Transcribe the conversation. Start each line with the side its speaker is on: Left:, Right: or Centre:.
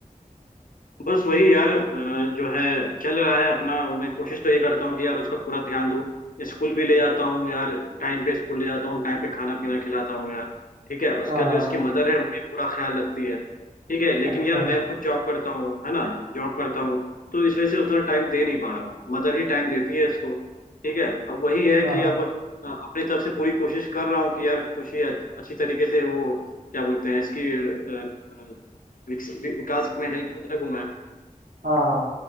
Left: बस वही यार अ, जो है चल रहा है अपना मैं कोशिश तो ये करता हूँ कि यार उसका पूरा ध्यान दूँ स्कूल भी ले जाता हूँ यार टाइम पे स्कूल ले जाता हूँ टाइम पे खाना पीना खिलाता हूँ यार ठीक है उसका
Right: हाँ
Left: जो इसकी मदर है वो भी पूरा ख्याल रखती है ठीक है लेकिन
Right: अच्छा
Left: यार मैं खुद जॉब करता हूँ है ना जॉब करता हूँ तो इस वजह से उतना टाइम दे नहीं पा रहा हूँ मदर ही टाइम देती है इसको ठीक है अब वही है
Right: हाँ
Left: कि अब अ, अपनी तरफ से पूरी कोशिश कर रहा हूँ कि यार कुछ ही अच्छी तरीके से वो क्या बोलते हैं इसकी अ, अ, विकस- विकास में हेल्प कर सकूँ मैं
Right: हाँ